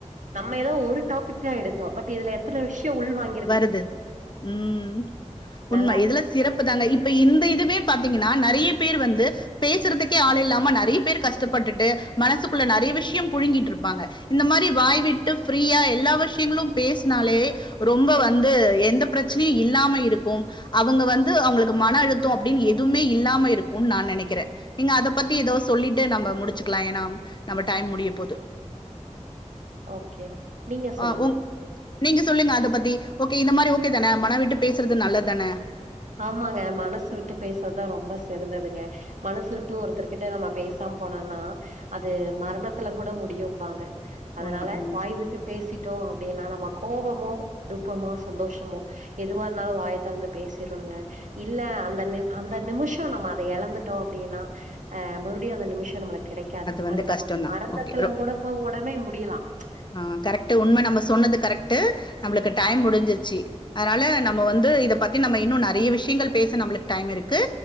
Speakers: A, on the right; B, on the left.
A: நம்ம ஏதோ ஒரு டாபிக் தா எடுத்தோ பட் இதுல எத்தன விஷ்யோ உள்வாய்ங்
B: வருது ம் உண்மை
A: நல்லா
B: இதுலஸ்
A: இருக்கு
B: சிறப்பு தாங்க இப்ப இந்த இதுவே பாத்தீங்கன்னா நறைய பேர் வந்து பேசுறதுக்கே ஆள் இல்லாம நெறைய பேர் கஷ்டப்பட்டுட்டு மனசுக்குள்ள நெறைய விஷ்யோ புழுங்கீட்ருப்பாங்க இந்த மாரி வாய் விட்டு ஃப்ரீயா எல்லா வஷ்யங்களு பேஸ்னாலே ரொம்ப வந்து எந்த பிரச்னையு இல்லாம இருக்கு அவங்க வந்து அவங்ளுக்கு மன அழுத்தோ அப்டின்னு எதூமே இல்லாம இருக்குன்னு நா நெனைக்ற நீங்க அத பத்தி எதோ சொல்லிட்டு நம்ம முடுச்சுக்கலா ஏன்னா நம்ம டைம் முடிய போது
A: ஓகே நீங்க
B: ஆ
A: சொல்லுங்க
B: உங் நீங்க சொல்லுங்க அத பத்தி ஓகே இந்த மாரி ஓகே தான மன விட்டு பேசுறது நல்லத்தான
A: ஆமாங்க மனசு விட்டு பேசற்தா ரொம்ப சிறந்ததுங்க மனசு விட்டு ஒருத்தர்கிட்ட நம்ம பேசாம போனோனா அது மரணத்துலங்கூட முடியும்பாங்க அதனால
B: உண்ம, உண்ம.
A: வாய்விட் டு பேசிட்டோ அப்டின்னா நம்ம கோவமோ துக்கமோ சந்தோஷமோ எதுவா இருந்தாலு வாய தெறந்து பேசு திறனுங்க இல்ல அந்த நிம் அந்த நிமிஷோ நம்ம அத எழந்துட்டோ அப்டின்னா அ முறுவ்டியு அந்த நிமிஷோ நம்ளுக்கு கெடைக் காது
B: வந்து
A: அது
B: கஷ்டம்
A: நம்ம
B: தான்.
A: மரணத்துலங்கூடம
B: ஓகே. ரொ
A: ஒடனே முடியலா ம்ச்
B: ஆ கரெக்ட்டு உண்ம நம்ம சொன்னது கரெக்ட்டு நம்ளுக்கு டைம் முடிஞ்சிருச்சி அதனால நம்ம வந்து இத பத்தி நம்ம இன்னு நெறைய விஷ்யங்கள் பேச நம்ளுக்கு டைம் இருக்கு